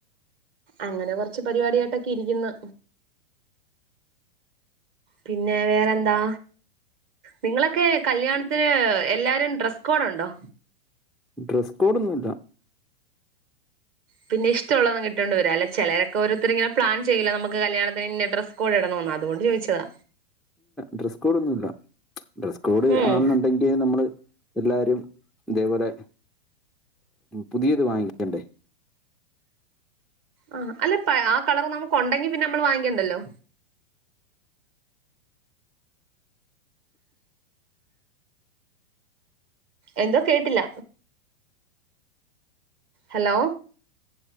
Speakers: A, on the right (about 40°); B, in the centre.
A: അങ്ങനെ കൊറച്ച് പരിപാടിയായിട്ടൊക്കെ ഇരിക്കുന്ന പിന്നെ വേറെന്താ നിങ്ങളൊക്കെ കല്യാണത്തിന് എല്ലാരും ഡ്രസ്സ് കോഡ ഉണ്ടോ
B: ഡ്രസ് കോഡ് ഒന്നും ഇല്ല
A: പിന്നെ ഇഷ്ടുള്ളതങ്ങ് ഇട്ടോണ്ട് വരാല്ല ചിലരൊക്കെഓരോരുത്തര് ഇങ്ങന പ്ലാൻ ചെയല്ല നമു കല്യാണത്തിന് ഇ ഡ്രസ് കോടെ ഇടണോന്ന അതൊണ്ട് ചോദിച്ചതാ
B: ഡ്രസ്സ് കോഡ്ന്നുംല്ല ഡ്രസ്സ് കോഡ്
A: ഉം
B: ആന്നുണ്ടെങ്കിൽ നമ്മള് എല്ലാ രിം ഇതേപോലെ പുതിയത് വാങ്ങിക്കണ്ടേ
A: ആഹ് അല്ല ആ കളർ നമുക്ക് ഉണ്ടെങ്കി പിന്നെ നമ്മള് വാങ്ങിക്കേണ്ടല്ലോ എന്തോ കേട്ടില്ല ഹലോ